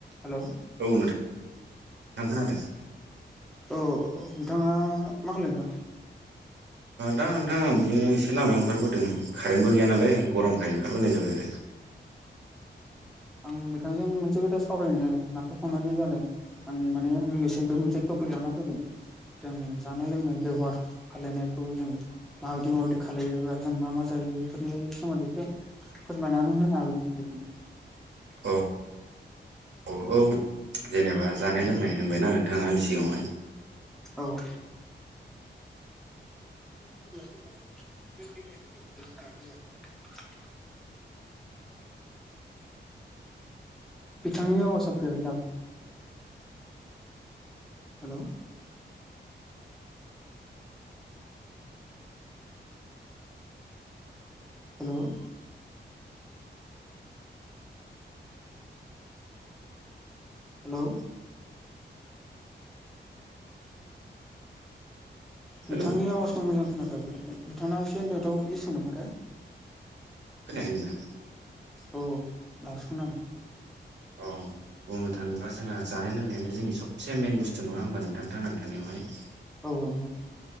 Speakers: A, in the centre; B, on the right (about 75°).
A: Hello
B: औ नोंथां आं खोनादों।
A: औ नोंथाङा मा खालायदों दा? <inaudible>
B: दा नोंथां आं बिदिनो एसे लामायाव ओंखारबोदों। कारेन्टबो गैया नालाय गरमखाय ओंखारबोनाय जाबाय आरो।
A: आं बिथांजों मोनसे खोथा सावरायनो होननानैसो फन हरनाय जादों। आं माने मेसेंनिफ्राय मोनसे टफिक लाना फैदों। जों जानाय लोंनाय बेबहार खालायनायखौ जों माबायदि माबायदि खालामलायोबा जों मा मा जायो बेफोरनि सोमोन्दै एसे फोरमायनानै हो हागोन नोंथां।
B: औ औ औ जेनेबा जानाय
A: औ
B: लोंनाय होनबायना नोंथाङा आंनि सिगाङाहाय।
A: औ। <inaudible> बिथांनि आवाजाव फैयाखै दाबो। हेल'? हेल'? हेलौ? बिथांनि
B: हेलौ
A: आवाजखौ मोजां खोनाफैयाखै। बिथांना एसे नेटवर्क इसु नामाथाय।
B: खोनायाखै नोंथां।
A: औ औ दासो खोनादों।
B: अह। बुंनो थाङोब्ला जोंहा जानाय लोंनायानो जोंनि सबसे मेन बुस्थु नङा होमबा नोंथां थांनानै थानायावहाय।
A: औ औ नंगौ नोंथां।